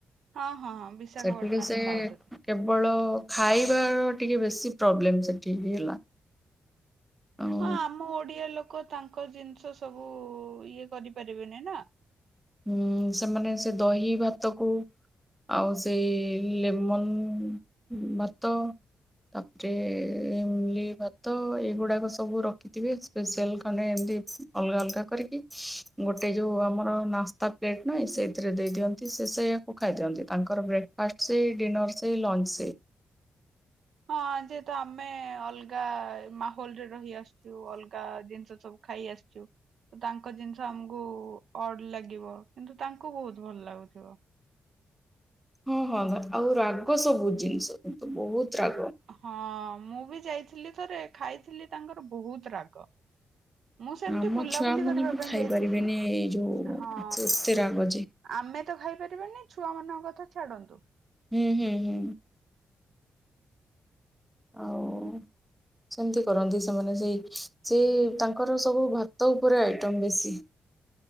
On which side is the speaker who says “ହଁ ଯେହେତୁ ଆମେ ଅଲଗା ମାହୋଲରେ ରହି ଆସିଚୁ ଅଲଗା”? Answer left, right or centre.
Right